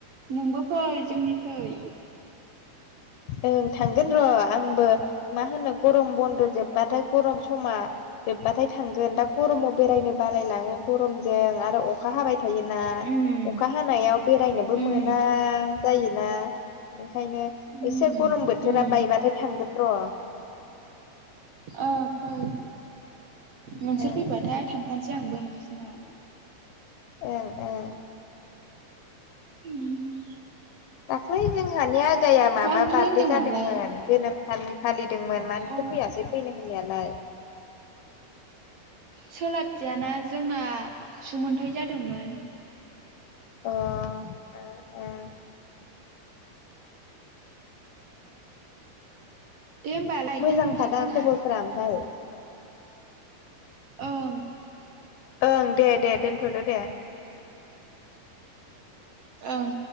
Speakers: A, on the right; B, on the left.
A: नोंबो फै जोंनिखै
B: ओं थांगोन र' आंबो मा होनो गरम बन्द' जोबबाथाय गरम समा जोब्बाथाय थांगोन दा गरमाव बेरायनो बालायलाङो गरमजों आरो अखा हाबाय थायोना
A: उम
B: अखा हानायाव बेरायनोबो
A: उम
B: मोना जायो ना ओंखायनो
A: उम
B: एसे गरम बोथोरा
A: उम
B: बायबाथाय थांगोन र'
A: ओ फै नोंसोर
B: ओं
A: फैबाथाय थां फानसै थानोसै आंबो नोंसिनाव।
B: ओं ओं
A: उम
B: दाख्लै जोंहानिया फुजाया माबा
A: मा ओंख्रि
B: बार्थडेय
A: होनदोंमोनलाय?
B: जादोंमोन। जोनोम साननि फालिदोंमोन मानोथो
A: अ
B: फैयासै फैनो होननायालाय?
A: सोलाबदिया ना, जोंहा सुमोनथाइ जादोंमोन।
B: अ ओं ओं।
A: दे उम। होमबालाय
B: मोजांखादा
A: दोनथ'नोसै खोमा
B: खबरफोरा ओमफ्राय?
A: ओं
B: ओं दे दे दोनथ'दो दे।
A: ओं।